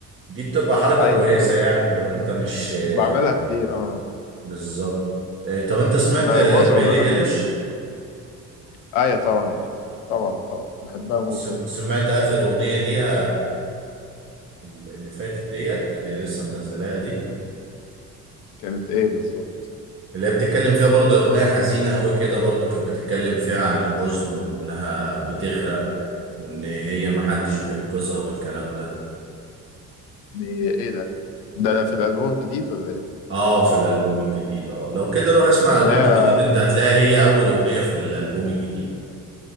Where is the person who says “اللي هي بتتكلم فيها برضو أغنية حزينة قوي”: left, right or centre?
Right